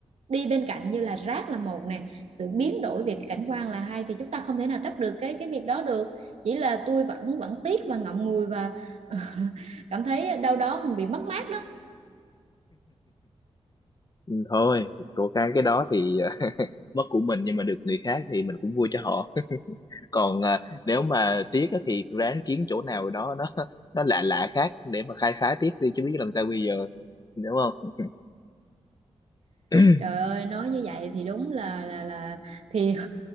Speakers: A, on the right (about 65°); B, on the left (about 35°).
A: đi bên cạnh như là rác là một nè sự biến đổi về cảnh quan là hai thì chúng ta không thể nào trách được cái cái việc đó được chỉ là tôi vẫn vẫn tiếc và ngậm ngùi và <laughs> cảm thấy đâu đó mình bị mất mát đó
B: Ừ, thôi cố gắng cái đó thì à, <laughs> mất của mình nhưng mà được người khác thì mình cũng vui cho họ <laughs> còn à, nếu mà tiếc á thì ráng kiếm chỗ nào đó nó nó lạ lạ khác để mà khai phá tiếp đi chứ biết làm sao bây giờ đúng không <clears throat>
A: trời ơi nói như vậy thì đúng là là là thì